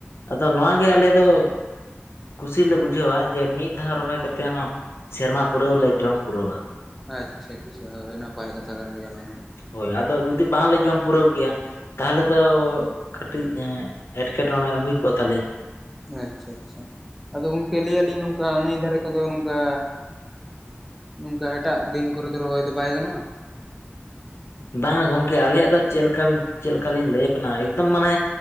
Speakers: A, on the left; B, in the centre.
A: ᱟᱫᱚ ᱱᱚᱣᱟᱜᱮ ᱟᱞᱮ ᱫᱚ ᱠᱩᱥᱤ ᱞᱮ ᱵᱩᱡᱷᱟᱹᱣᱟ ᱡᱮ ᱢᱤᱫ ᱫᱷᱟᱣ ᱨᱚᱦᱚᱭ ᱠᱟᱛᱮ ᱦᱚᱸ ᱥᱮᱨᱢᱟ ᱯᱩᱨᱟᱹᱣ ᱞᱮ ᱡᱚᱢ ᱯᱩᱨᱟᱹᱣᱟ᱾
B: ᱟᱪᱪᱷᱟ ᱟᱪᱪᱷᱟ ᱦᱳᱭ ᱱᱟᱯᱟᱭ ᱠᱟᱛᱷᱟ ᱠᱟᱱ ᱜᱮᱭᱟ ᱚᱱᱟᱢᱟ᱾
A: ᱦᱳᱭ ᱟᱫᱚ ᱡᱩᱫᱤ ᱵᱟᱝᱞ ᱡᱚᱢ ᱯᱩᱨᱟᱹᱣ ᱠᱮᱭᱟ ᱛᱟᱦᱚᱞᱮ ᱫᱚ ᱠᱟᱹᱴᱤᱡ ᱮᱴᱠᱮᱴᱚᱬᱮ ᱦᱩᱭ ᱠᱚᱜ ᱛᱟᱞᱮᱭᱟ᱾
B: ᱟᱪᱪᱷᱟ ᱟᱪᱪᱷᱟ ᱟᱫᱚ ᱜᱚᱝᱠᱮ ᱞᱟᱹᱭᱟᱞᱤᱧ ᱱᱚᱝᱠᱟ ᱱᱟᱹᱭ ᱫᱷᱟᱨᱮ ᱠᱚᱫᱚ ᱱᱚᱝᱠᱟ ᱱᱚᱝᱠᱟ ᱮᱴᱟᱜ ᱫᱤᱱ ᱠᱚᱨᱮ ᱫᱚ ᱨᱚᱦᱚᱭ ᱫᱚ ᱵᱟᱭ ᱜᱟᱱᱚᱜᱼᱟ᱾
A: ᱵᱟᱝ ᱜᱚᱝᱠᱮ ᱟᱞᱮᱭᱟᱜ ᱫᱚ ᱪᱮᱫ ᱞᱮᱠᱟ ᱪᱮᱫ ᱞᱮᱠᱟ ᱞᱤᱧ ᱞᱟᱹᱭᱟᱵᱤᱱᱟ ᱮᱠᱫᱚᱢ ᱢᱟᱱᱮ